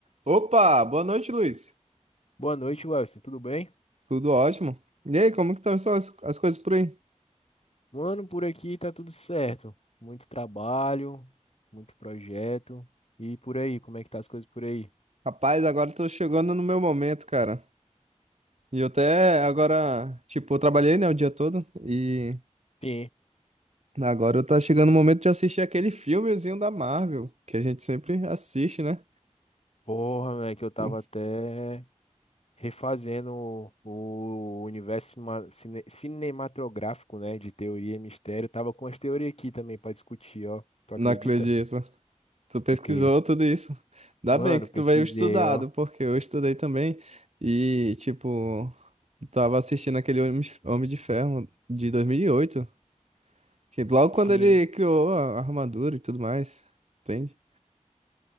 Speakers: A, on the right (about 60°); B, on the left (about 55°).
A: Opa, boa noite, Luiz.
B: Boa noite, Wellington. Tudo bem?
A: Tudo ótimo. E aí, como que estão só as, as coisas por aí?
B: Mano, por aqui tá tudo certo. Muito trabalho, muito projeto. E por aí, como é que tá as coisas por aí?
A: Rapaz, agora eu tô chegando no meu momento, cara. E eu até agora, tipo, eu trabalhei, né, o dia todo e
B: Sim.
A: agora eu tá chegando o momento de assistir aquele filmezinho da Marvel, que a gente sempre assiste, né?
B: Porra, né? Que eu tava
A: Tu
B: até refazendo o o universo cinema- cine- cinematográfico, né? De teoria e mistério. Tava com as teorias aqui também pra discutir, ó. Tu acredita?
A: não acredito. Tu pesquisou
B: Que...
A: tudo isso. Ainda
B: Mano,
A: bem que tu
B: pesquisei,
A: veio estudado,
B: ó.
A: porque eu estudei também e, tipo, tava assistindo aquele Homem de Homem de Ferro de 2008. Que Logo
B: Sim.
A: quando ele criou a a armadura e tudo mais, entende?